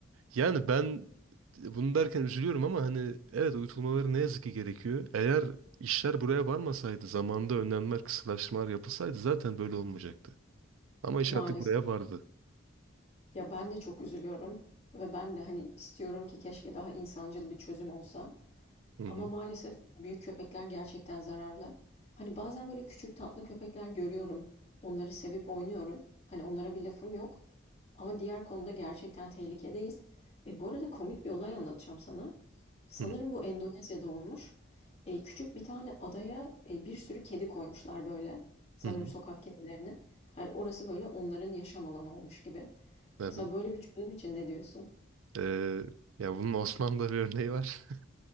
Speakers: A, on the right; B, on the left.
A: yani ben bunu derken üzülüyorum ama hani evet uyutulmaları ne yazık ki gerekiyor. Eğer işler buraya varmasaydı, zamanda önlemler, kısıtlaştırmalar yapılsaydı zaten böyle olmayacaktı. Ama iş
B: Maalesef.
A: artık buraya vardı.
B: Ya ben de çok üzülüyorum ve ben de hani istiyorum ki keşke daha insancıl bir çözüm olsa.
A: Hı hı.
B: Ama maalesef büyük köpekler gerçekten zararlı. Hani bazen böyle küçük tatlı köpekler görüyorum. Onları sevip oynuyorum. Hani onlara bir lafım yok. Ama diğer konuda gerçekten tehlikedeyiz. E, bu arada komik bir olay anlatacağım sana. Sanırım
A: Hı
B: bu Endonezya'da olmuş. E, küçük bir tane adaya e, bir sürü kedi koymuşlar böyle. Sanırım
A: hı. hı.
B: sokak kedilerini. Hani orası böyle onların yaşam alanı olmuş gibi.
A: Evet.
B: Mesela böyle bir çözüm için ne diyorsun?
A: Ee, ya bunun Osmanlı'da bir örneği var.